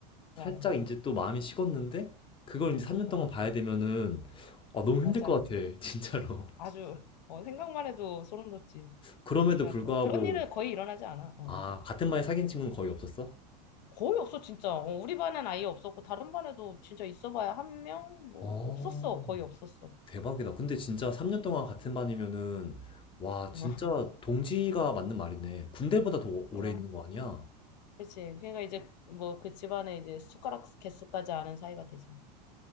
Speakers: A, on the left; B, on the left.
A: 그럼,
B: 살짝 인제 또 마음이 식었는데 그걸 이제 3년
A: 그럼.
B: 동안 봐야 되면은 아 너무
A: 맞아.
B: 힘들 것 같아 <laughs> 진짜로.
A: 아주 어, 생각만 해도 소름 돋지.
B: 그럼에도
A: 그러니까
B: 불구하고
A: 그- 그런 일은 거의 일어나지 않아. 어.
B: 아 같은 반에 사귄 친구는 거의 없었어?
A: 거의 없어 진짜. 어, 우리 반엔 아예 없었고 다른 반에도 진짜 있어봐야 한 명 뭐
B: 어.
A: 없었어. 거의 없었어.
B: 대박이다. 근데 진짜 3년 동안 같은 반이면은 와
A: 어.
B: 진짜 동지가 맞는 말이네. 군대보다 더
A: 그러니까
B: 오래 있는 거 아니야?
A: 그치. 그러니까 이제 뭐 그 집안에 이제 숟가락 개수까지 아는 사이가 되지.